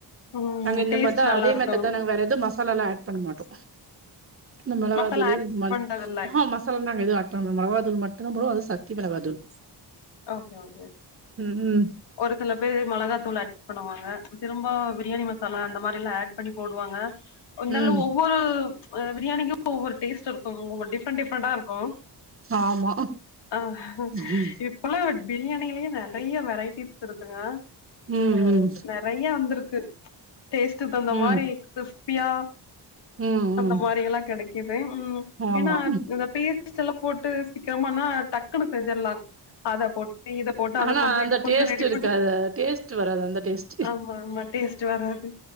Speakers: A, on the left; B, on the right.
A: ம்
B: நாங்க இந்த
A: டேஸ்ட்
B: மார்தா
A: நல்லா
B: அதே
A: இருக்கு
B: மெத்தட் தா நாங்க வேற ஏதுவு மசா மசாலால்லா ஆட் பண்ண மாட்டோ இந்த மெளகா
A: மசாலா
B: தூளு
A: ஆட்
B: இது மா
A: பண்றதில்ல
B: ஆ ஹா மசாலால்லா எதுவு ஆட் அப்றோ நம்ம மொளகா தூளு மட்டுந்தா போடுவோ அதுவு சக்திமெளகா தூள்
A: ஓகே ஓகே
B: ம் ம்
A: ஒரு சில பேரு மொளகாத்தூள ஆட் பண்ணுவாங்க திரும்ப பிரியாணி மசாலா அந்த மாரில்லா ஆட் பண்ணி போடுவாங்க இருந்தாலு
B: ம்
A: ஒவ்வொரு ம் பிரியாணிக்குன்னு ஒவ்வொரு டெஸ்ட் இருக்கு ஒவ்வொரு டிஃப்ரண்ட் டிஃப்ரண்டா இருக்கு
B: ஆமா
A: ஆஹ
B: ம்
A: இப் இப்பல்லா பிரியாணிலயே நறைய வெரைட்டிஸ் இருக்குங்க
B: ம்
A: அ ந நறைய வந்துருக்கு டேஸ்ட்டுக் தகுந்த
B: ம்
A: மாரி கிறிஸ்பியா
B: ம்
A: அந்த
B: ம்
A: மாரி எல்லா கெடைக்குது ம்
B: ஆமா
A: ஏனா இந்த பேர் ஸ்டெல்லா போட்டு சீக்கரமானா டக்குன்னு செஞ்சர்லாங் அத போட்டு இத போட்டு அது
B: ஆனா
A: கொஞ்சோ
B: அந்த
A: இது கொஞ்சோ
B: டேஸ்ட்
A: ரெடி
B: இருக்காது
A: பண்ணி
B: டேஸ்ட் வராது அந்த டேஸ்ட்
A: ஆமா ஆமா டேஸ்ட்டு வராது